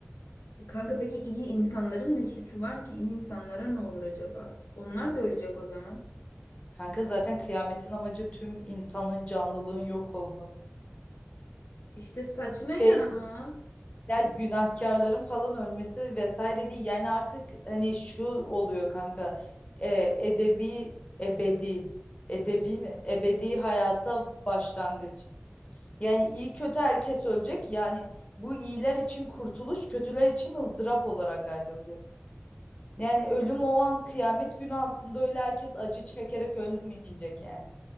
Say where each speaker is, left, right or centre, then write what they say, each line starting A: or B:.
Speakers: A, on the left (about 75°); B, on the left (about 30°).
A: E Kanka peki iyi insanların ne suçu var ki? İyi insanlara ne olur acaba? Onlar da ölecek o zaman.
B: Kanka zaten kıyametin amacı tüm insanın canlılığın yok olması.
A: İşte saçma
B: Şey
A: ya.
B: Ya günahkarların falan ölmesi vesaire değil. Yani artık hani şu oluyor kanka. E, edebi, ebedi. Edebi ne? Ebedi hayata başlangıç. Yani iyi kötü herkes ölecek. Yani bu iyiler için kurtuluş, kötüler için ızdırap olarak ayrılacak. Yani ölüm o an kıyamet günü aslında öyle herkes acı çekerek ölmeyecek yani.